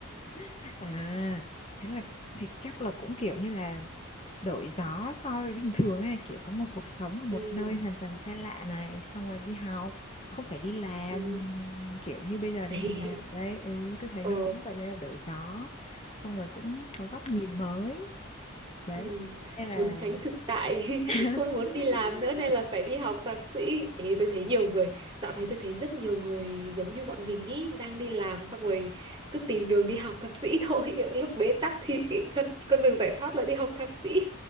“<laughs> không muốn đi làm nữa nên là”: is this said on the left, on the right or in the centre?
Right